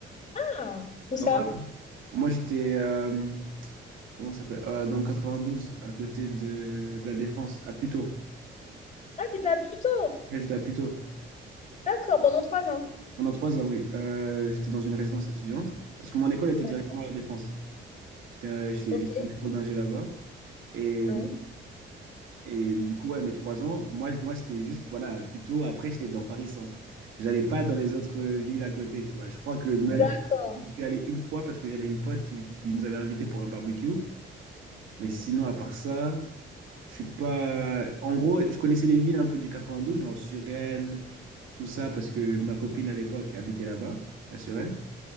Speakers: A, on the left; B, on the right.
A: Ah, où ça?
B: Ah ouais Moi, j'étais, euh, Comment ça s'appelle? Euh, dans le 92, à côté de, de la Défense, à Puteaux.
A: Ah, t'étais à Puteaux.
B: Là, j'étais à Puteaux.
A: D'accord, pendant trois ans.
B: Pendant trois ans, oui. Euh, j'étais dans une résidence étudiante. Parce que mon école était
A: D'accord.
B: directement à la Défense. J'étais euh, j'étais-
A: Ok.
B: j'étais en école d'ingé là-bas. Et,
A: Ouais.
B: et du coup, ouais, mes trois ans, moi, moi c'était juste, voilà, Puteaux. Après, j'étais dans Paris-Centre. J'allais pas dans les autres villes à côté, tu vois. Je crois que Melun,
A: D'accord.
B: je suis je suis allé une fois parce que j'avais une pote qui, qui nous avait invités pour un barbecue. Mais sinon, à part ça. Je suis pas. En gros, je connaissais les villes un peu du 92, genre Suresnes, tout ça, parce que ma copine à l'époque habitait là-bas, à Suresnes.